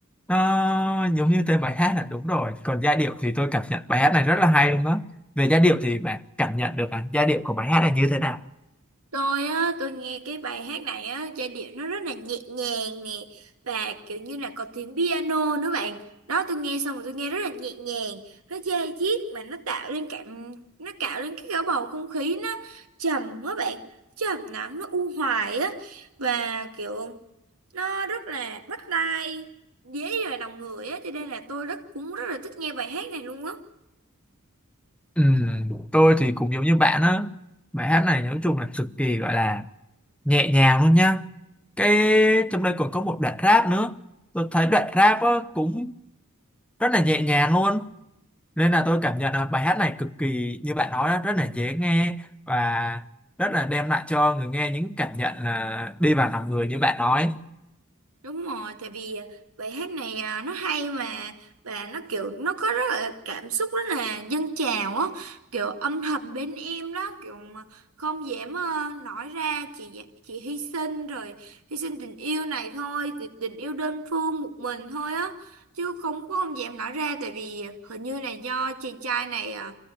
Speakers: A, in the centre; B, on the right (about 85°).
A: nó giống như tên bài hát là đúng rồi còn giai điệu thì tôi cảm nhận bài hát này rất là hay luôn đó về giai điệu thì bạn cảm nhận được à, giai điệu của bài hát này như thế nào
B: Tôi á, tôi nghe cái bài hát này á, giai điệu nó rất là nhẹ nhàng nè và kiểu như là có tiếng piano nữa bạn. Đó tôi nghe xong rồi tôi nghe rất là nhẹ nhàng, nó da diết mà nó tạo lên cảm nó tạo lên cái cả bầu không khí nó trầm quá bạn, trầm lắng nó u hoài á và kiểu nó rất là bắt tai dễ vào lòng người á cho nên là tôi rất cũng rất là thích nghe bài hát này luôn á.
A: Ừ, tôi thì cũng giống như bạn á bài hát này nói chung là cực kỳ gọi là nhẹ nhàng luôn nhá cái trong đây còn có một đoạn rap nữa tôi thấy đoạn rap á, cũng rất là nhẹ nhàng luôn nên là tôi cảm nhận là bài hát này cực kỳ như bạn nói á, rất là dễ nghe và rất là đem lại cho người nghe những cảm nhận là đi vào lòng người như bạn nói
B: Đúng rồi, tại vì bài hát này à, nó hay mà và nó kiểu nó có rất là cảm xúc rất là dâng trào á, kiểu âm thầm bên em đó, kiểu mà không dám ờ, nói ra chỉ dạ- chỉ hy sinh rồi hy sinh tình yêu này thôi, thì tình yêu đơn phương một mình thôi á, chứ không có không dám nói ra tại vì hình như là do chàng trai này ờ,